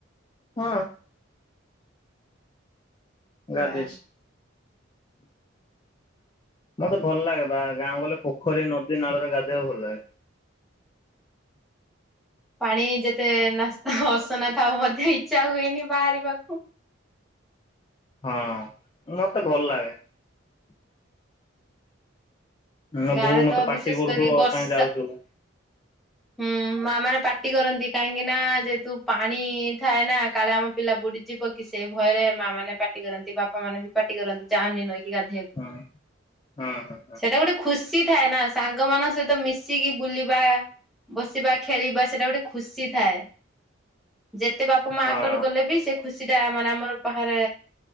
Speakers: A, on the left; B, in the centre.
A: ହଁ। ଗାଧେଇଛି।
B: ଯା ହଉ।
A: ମତେ ଭଲ ଲାଗେ ବା ଗାଁ ଗଲେ ପୋଖରୀ ନଦୀ ନାଳରେ ଗାଧୋଇବାକୁ ଭଲ ଲାଗେ।
B: ପାଣି ଯେତେ ନାସ ଅସନା ଥାଉ ମୋତେ ଇଚ୍ଛା ହୁଏନି ବାହାରିବାକୁ।
A: ହଁ ମତେ ଭଲ ଲାଗେ। ମୋ
B: ଗାଁରେ
A: ବୋଉ
B: ତ
A: ମତେ ପାଟି
B: ବିଶେଷ
A: କରୁଥିବ
B: କରି ବର୍ଷା
A: କାଇଁ ଯାଉଛୁ?
B: ହୁଁ ମା ମାନେ ପାଟି କରନ୍ତି କାହିଁକି ନା ଯେହେତୁ ପାଣି। ଥାଏ ନା କାଳେ ଆମ ପିଲା ବୁଡିଯିବ କି ସେ ଭୟରେ ମା ମାନେ ପାଟି କରନ୍ତି ବାପା ମାନେ ପାଟି କରନ୍ତି ଯାଅନି ନଈକି ଗାଧେଇବାକୁ
A: ହଁ ହଁ ହଁ
B: ସେଇଟା ଗୋଟେ ଖୁ ସି ଥାଏ ନା ସାଙ୍ଗମାନାନଙ୍କ ସହିତ ମିଶିକି ବୁଲିବା। ବସିବା ଖେଳିବା ସେଇଟା ଗୋଟେ ଖୁସି ଥାଏ। ଯେତେ ବାପା ମା
A: ହଁ
B: ଆକଟ ଗଲେ ବି ସେ ଖୁସି ଟା ମାନେ ଆମର ପାହାରେ।